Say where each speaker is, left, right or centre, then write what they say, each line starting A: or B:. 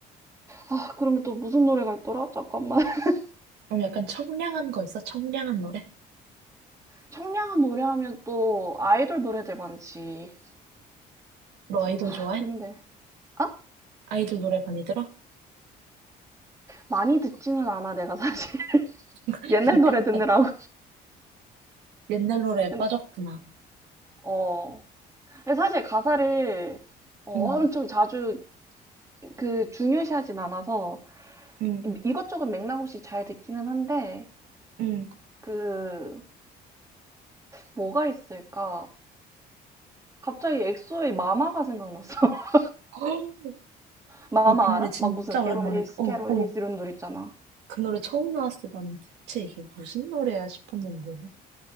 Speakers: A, on the right; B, on the right.
A: 아, 그러면 또 무슨 노래가 있더라? 잠깐만. <laughs>
B: 그럼 약간 청량한 거 있어? 청량한 노래?
A: 청량한 노래 하면 또 아이돌 노래들 많지.
B: 너 아이돌
A: 아,
B: 좋아해?
A: 근데, 아?
B: 아이돌 노래 많이 들어?
A: 많이 듣지는 않아, 내가 사실. <laughs>
B: <laughs>
A: 옛날 노래 듣느라고.
B: 나 옛날 노래에
A: 근-
B: 빠졌구나.
A: 어. 근데 사실 가사를 어,
B: 응,
A: 엄청 자주 그 중요시하진 않아서
B: 응,
A: 이것저것 맥락 없이 잘 듣기는 한데,
B: 응.
A: 그, 뭐가 있을까? 갑자기 엑소의 마마가 생각났어. <laughs>
B: <gasps>
A: 마마
B: 아 그 노래
A: 알아?
B: 진짜
A: 막 무슨 캐롤리스,
B: 오랜만이다. 어,
A: 캐롤리스
B: 어.
A: 이런 노래 있잖아.
B: 그 노래 처음 나왔을 때 나는 대체 이게 무슨 노래야 싶었는데.